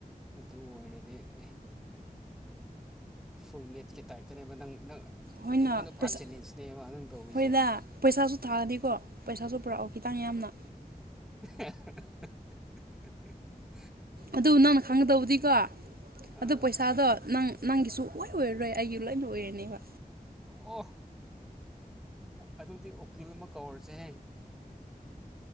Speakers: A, in the centre; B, on the right.
A: ꯑꯗꯨ ꯑꯣꯏꯔꯗꯤ ꯑꯦ ꯐꯨꯜ ꯃꯦꯠꯀꯤ ꯇꯥꯏꯞꯇꯅꯦꯕ ꯅꯪ ꯅꯪ
B: ꯍꯣꯏꯅ
A: ꯑꯩꯉꯣꯟꯗ ꯄꯨꯔꯥ
B: ꯄꯩꯁꯥ
A: ꯆꯦꯂꯦꯟꯖꯅꯦꯕ ꯅꯪ ꯇꯧꯔꯤꯁꯦ
B: ꯍꯣꯏꯗ ꯄꯩꯁꯥꯁꯨ ꯊꯥ ꯄꯩꯁꯥꯁꯨ ꯄꯨꯔꯛꯎ ꯈꯤꯇꯪ ꯌꯥꯝꯅ
A: <unintelligible>
B: ꯑꯗꯨ ꯅꯪꯅ ꯈꯪꯒꯗꯕꯨꯗꯤꯀꯣ
A: ꯑꯥ
B: ꯑꯗꯨ ꯄꯩꯁꯥꯗꯣ ꯅꯪ ꯅꯪꯒꯤꯁꯨ ꯂ ꯑꯣꯏꯔꯔꯣꯏ ꯑꯩꯒꯤ ꯂꯣꯏ ꯂ ꯑꯣꯏꯔꯅꯦꯕ
A: ꯑꯣꯐ ꯑꯗꯨꯗꯤ ꯎꯀꯤꯜ ꯑꯃ ꯀꯧꯔꯁꯦ